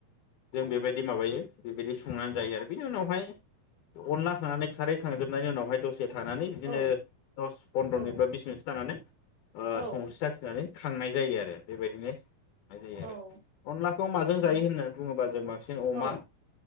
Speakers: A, on the left (about 70°); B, on the right (about 80°).
A: जों बेबायदि माबायो बेबायदि संनानै जायो आरो बिनि उनावहाय अनला खानै खारै खांजोबनायनि उनावहाय दसे। थानानै बिदिनो
B: औ
A: दस पन्द्र'
B: औ
A: मिनिट बा बिस मिनिटसो थानानै। ओ
B: औ
A: संस्रि साखिनानै। खांनाय जायो आरो बेबायदिनो जायो
B: औ
A: आरो अनलाखौ माजों
B: औ
A: जायो होनना बुङोब्ला जों बांसिन अमा
B: औ